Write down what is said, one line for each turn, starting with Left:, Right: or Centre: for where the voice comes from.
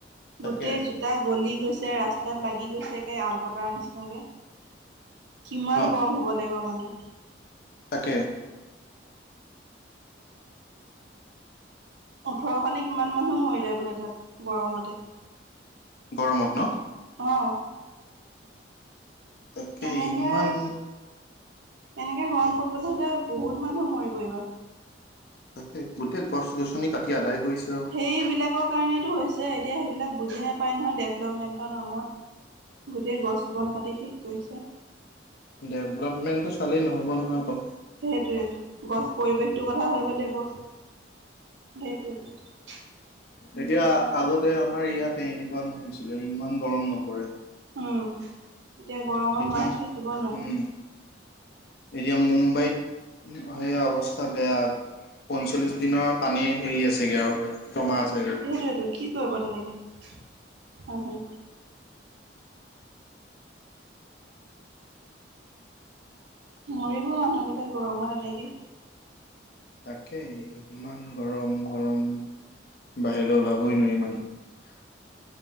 Left: তাকে
Right: গোটেই জোতা গলি গৈছে ৰাস্তাত লাগি গৈছেকে আল কটাৰ নিচিনা। তেনেকে কিমান
Left: অ
Right: গৰম হ'ব লাগিব মানে।
Left: তাকে।
Right: ওঠৰশ নে কিমান মানুহ মৰিলে বোলে তাত গৰমতে।
Left: গৰমত ন?
Right: অ।
Left: তাকে
Right: এনেকে
Left: ইমান
Right: এনেকে গৰম পৰিব হলে বহুত মানুহ মৰিব এইবাৰ।
Left: তাকে গোটেই গছ গছনি কাটি আদায় কৰিছে আৰু
Right: সেইবিলাকৰ কাৰণটো হৈছে, এতিয়া সেইবিলাক বুজি নাপায় নহয় ডেভলপমেণ্টৰ নামত। গোটেই গছ বন কাটি শেষ কৰিছে।
Left: ডেভলপমেণ্টটো চালেই নহ'ব নহয় অকল।
Right: সেইটোৱে। গছ পৰিৱেশটোৰ কথা ভাবিব লাগিব সেইটোৱেতো।
Left: এতিয়া আগতে আমাৰ ইয়াতে এনেকুৱা নুহছিলে ইমান গৰম নপৰে।
Right: উম, এতিয়া গৰমত
Left: এতিয়া
Right: মাহে থাকিব নোৱাৰে।
Left: উম এতিয়া মুম্বাইত সেয়া অৱস্থা বেয়া পঞ্চল্লিশ দিনৰ পানী হেৰি আছেগে আৰু জমা আছেগে
Right: সেইটোৱেটো কি কৰিব তেনেকে অহ -হ মৰিব মানুহবিলাক গৰমত এনেকে।
Left: তাকেই ইমান গৰম-গৰম বাহিৰলৈ ওলাবই নোৱাৰি মানুহ